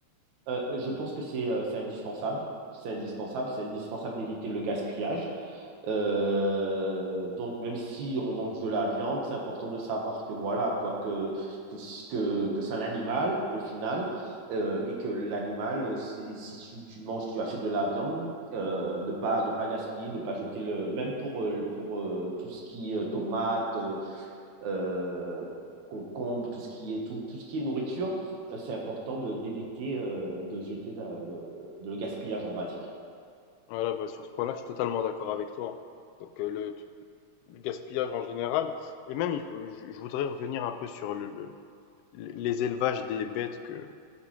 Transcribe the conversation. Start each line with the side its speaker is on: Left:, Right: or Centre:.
Right: Euh, je pense que c'est euh, c'est indispensable. C'est indispensable. C'est indispensable d'éviter le gaspillage. Euh, donc, même si on mange de la viande, c'est important de savoir que voilà, quoi, que, que, que, que c'est un animal au final, euh, et que l'animal, euh, si, si tu, tu manges, tu achètes de la viande, euh, de pas, de pas gaspiller, de pas jeter le, même pour, euh, pour euh, tout ce qui est tomate, euh, concombres, tout ce qui est, tout, tout ce qui est nourriture, euh, c'est important de- d'éviter euh, de jeter de, de- de le gaspillage, on va dire.
Left: Voilà, bah, sur ce point-là, je suis totalement d'accord avec toi. Donc, euh, le, le gaspillage en général. Et même, il faut, je, je voudrais revenir un peu sur le, le- les élevages des bêtes que,